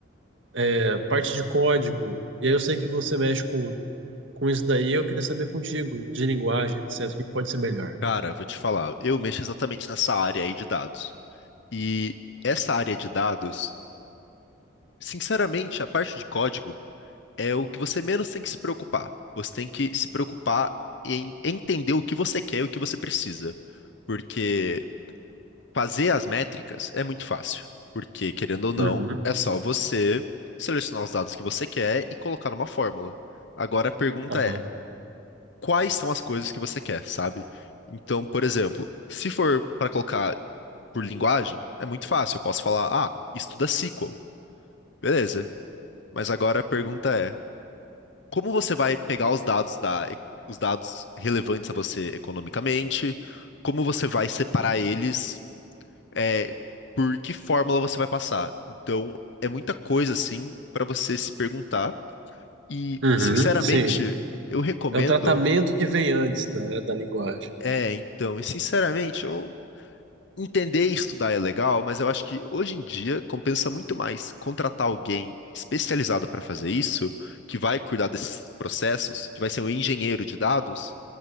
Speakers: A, on the right; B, on the left.
A: é, parte de código. E aí eu sei que você mexe com, com isso daí, eu queria saber contigo, de linguagem, etc., o que pode ser melhor.
B: Cara, vou te falar, eu mexo exatamente nessa área aí de dados. E essa área de dados, sinceramente, a parte de código é o que você menos tem que se preocupar. Você tem que se preocupar em entender o que você quer e o que você precisa. Porque fazer as métricas é muito fácil. Porque, querendo ou não,
A: Uhum,
B: é só você selecionar os dados que você quer e colocar numa fórmula. Agora a pergunta
A: aham,
B: é: quais são as coisas que você quer, sabe? Então, por exemplo, se for para colocar por linguagem, é muito fácil. Eu posso falar, ah, estuda SQL. Beleza. Mas agora a pergunta é, como você vai pegar os dados da, os dados relevantes a você economicamente? Como você vai separar eles? É, por que fórmula você vai passar? Então, é muita coisa assim para você se perguntar. E,
A: uhum,
B: sinceramente,
A: sim.
B: eu recomendo.
A: É o tratamento que vem antes, né, da linguagem.
B: É, então, e sinceramente, eu Entender e estudar é legal, mas eu acho que hoje em dia compensa muito mais contratar alguém especializado para fazer isso, que vai cuidar desses processos, que vai ser um engenheiro de dados,